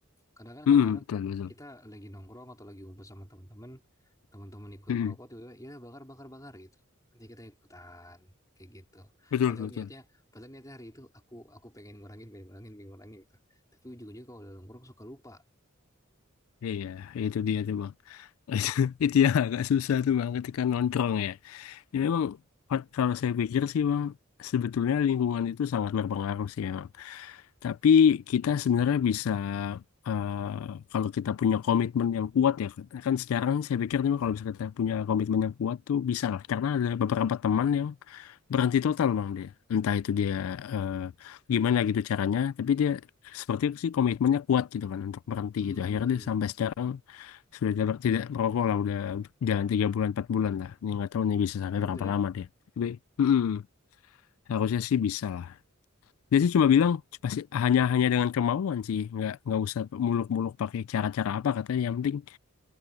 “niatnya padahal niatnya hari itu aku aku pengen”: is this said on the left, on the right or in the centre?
Left